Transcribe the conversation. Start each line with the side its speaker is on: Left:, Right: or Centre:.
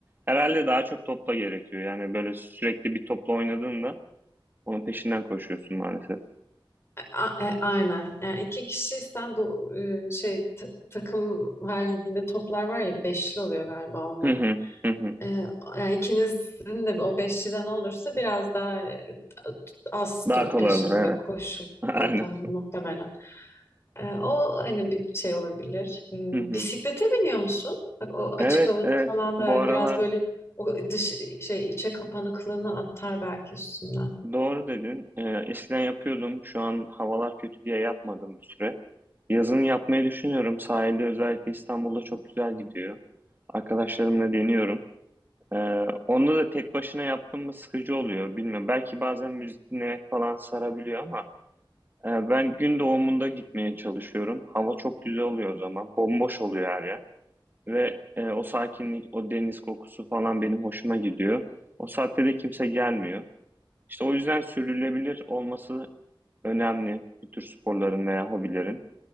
Right: Herhalde daha çok topla gerekiyor. Yani böyle sürekli bir topla oynadığında onun peşinden koşuyorsun maalesef.
Left: E, A- e, aynen. Yani iki kişiysen bu e, şey ta- takım halinde toplar var ya beşli oluyor galiba onlar.
Right: Hı hı, hı hı.
Left: Ee, yani ikinizin de o beşliden olursa biraz daha e, az
Right: Daha
Left: top
Right: kolay
Left: peşinde
Right: olur evet.
Left: koşulur
Right: <laughs> Aynen.
Left: tahmin muhtemelen. Ee, o hani bir şey olabilir. Ee,
Right: Hı hı.
Left: bisiklete biniyor musun? Bak, o açık
Right: Evet
Left: havada
Right: evet
Left: falan
Right: bu
Left: da yani
Right: aralar
Left: biraz böyle o dış şey içe kapanıklığını atar belki üstünden.
Right: doğru dedin. Ee, eskiden yapıyordum şu an havalar kötü diye yapmadım bir süre. Yazın yapmayı düşünüyorum. Sahilde özellikle İstanbul'da çok güzel gidiyor. Arkadaşlarımla deniyorum. Ee, onda da tek başına yaptığım mı sıkıcı oluyor bilmiyorum. Belki bazen müzik dinlemek falan sarabiliyor ama e, ben gün doğumunda gitmeye çalışıyorum. Hava çok güzel oluyor o zaman. Bomboş oluyor her yer. Ve e, o sakinlik, o deniz kokusu falan benim hoşuma gidiyor. O saatte de kimse gelmiyor. İşte o yüzden sürdürülebilir olması önemli bu tür sporların veya hobilerin.